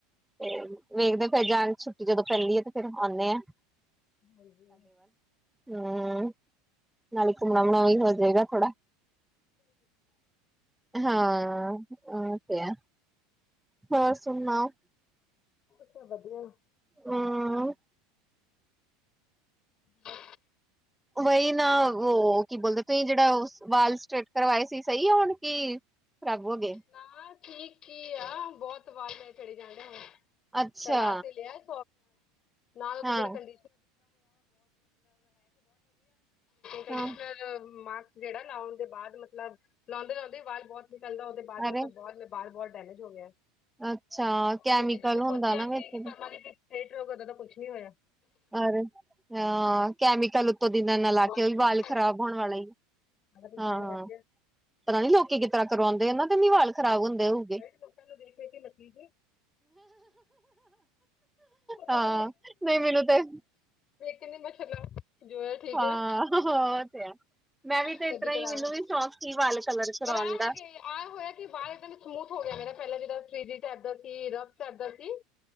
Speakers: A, in the centre; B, on the left (about 30°).
A: ਤੇ ਵੇਖਦੇ ਫਿਰ ਜਾਣ ਛੁੱਟੀ ਜਦੋਂ ਪੈਂਦੀ ਆ ਤੇ ਫੇਰ ਆਉਂਦੇ ਆ।
B: ਹਾਂਜੀ,
A: ਹੂੰ ਨਾਲੇ ਘੁੰਮਣਾ ਵੀ ਹੋ ਜਾਏਗਾ ਥੋੜਾ। ਹਾਂ, ਹੋਰ ਸੁਣਾਓ?
B: ਅੱਛਾ ਵਧੀਆ,
A: ਹੂੰ,
B: ਹ
A: ਵਹੀ ਨਾ ਉਹ ਕੀ ਬੋਲਦੇ ਤੁਸੀਂ ਜਿਹੜਾ ਵਾਲ ਸਟੇਟ ਕਰਵਾਏ ਸੀ, ਸਹੀ ਆ ਹੁਣ ਕੀ। ਖਰਾਬ ਹੋਗੇ।
B: ਨਾ ਠੀਕ ਹੀ ਆ, ਬਹੁਤ ਵਾਦ ਚਲੇ ਜਾਣਦੇ ਹੁਣ
A: ਅੱਛਾ
B: ਤੇ ਬਾਦ ਤੇ ਲਿਆ ਸ ਨਾਲ,
A: ਹਾਂ
B: ਲੇਕਿਨ ਟਰਾਡਿਸਲ
A: ਹਾਂ
B: ਮਾਸਕ, ਜਿਹੜਾ ਲਾਣ ਦੇ ਬਾਅਦ ਮਤਲਬ ਲਾਦੇ-ਲਾਦੇ ਆਵਾਜ਼ ਬਹੁਤ ਨਿਕਲਦਾ। ਉਹਦੇ ਬਾਅਦ ਮਤਲਬ
A: ਅਰੇ
B: ਬਹੁਤ ਬਾਲ ਬਹੁਤ ਡੈਮੇਜ ਹੋ ਗਿਆ
A: ਅੱਛਾ ਕੈਮੀਕਲ
B: ਤੇ ਜਿੱਦਾਂ ਸੋਚਿਆ
A: ਹੁੰਦਾ ਨਾ
B: ਸੀ,
A: ਵਿੱਚ
B: ਕਿ ਪਵਾਂਗੇ ਲੇਟ ਰਹਗਾ ਉਦੋਂ ਦਾ ਕੁਛ ਨੀ ਹੋਇਆ।
A: ਅਰੇ ਹ ਕੈਮਿਕਲ, ਦਿਨਾਂ ਨਾਲ ਲਾ
B: ਸਾਰਾ
A: ਕੇ ਉਹ ਵੀ ਵਾਲ ਖ਼ਰਾਬ ਹੋਣ ਵਾਲੇ
B: ਕੁਝ
A: ਆ ਹਾਂ
B: ਬੈਂਡ
A: ਹਾਂ,
B: ਵੱਜ ਗਿਆ
A: ਪਤਾ ਨੀ ਲੋਕ ਕਿਤਰ੍ਹਾਂ ਕਰਵਾਦੇ ਆ ਇਹਨਾਂ ਦੇ ਨੀ ਵਾਲ ਖਰਾਬ ਹੁੰਦੇ ਹੋਊਗੇ।
B: ਮੈਂ ਕਿਹਾ ਲੋਕਾਂ ਨੂੰ ਦੇਖ ਦੇਖ ਕੇ ਨੱਚੀ ਸੀ ਉਹ
A: ਹਾਂ
B: ਪਤਾ
A: ਨਹੀਂ ਮੈਨੂੰ ਤੇ,
B: ਕਿੰਨੇ ਮਛਰ ਲ ਜੋ, ਹੈ ਠੀਕ
A: ਹਾਂ,
B: ਹੈ
A: ਉਹ ਤੇ ਹੈ ਮੈਂ ਵੀ ਤੇ,
B: ਦੀ ਕਦੀ
A: ਇਸ ਤਰ੍ਹਾਂ
B: ਕਦਾਰ
A: ਹੀ ਮੈਨੂੰ ਵੀ ਸ਼ੌਕ ਸੀ ਵਾਲ ਕਲਰ ਕਰਾਉਣ
B: ਪਰ ਆਹ
A: ਦਾ
B: ਹੈਗੇ, ਆਹ ਹੋਇਆ ਕਿ ਬਾਹਰ ਦਾਂ ਸਮੂਥ ਹੋ ਗਿਆ ਮੇਰਾ, ਪਹਿਲਾਂ ਜਿਹੜਾ ਫ੍ਰਿਜੀ ਚਪਦਾ ਸੀ, ਰਬ ਚਲਦਾ ਸੀ।